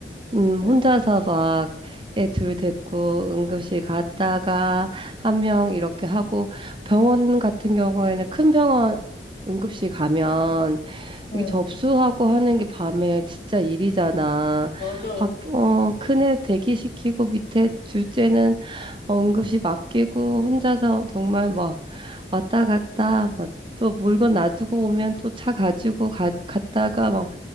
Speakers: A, on the right; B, on the left.
A: 음,
B: 응.
A: 혼자서 막, 애 둘 데리고 응급실 갔다가, 한 명 이렇게 하고, 병원 같은 경우에는 큰 병원 응급실 가면,
B: 어,
A: 이게 접수하고 하는 게 밤에 진짜 일이잖아.
B: 맞아.
A: 밖, 어, 큰애 대기시키고 밑에 둘째는 응급실 맡기고 혼자서 정말 막 왔다 갔다 막 또 물건 놔두고 오면 또 차 가지고 가, 갔다가 막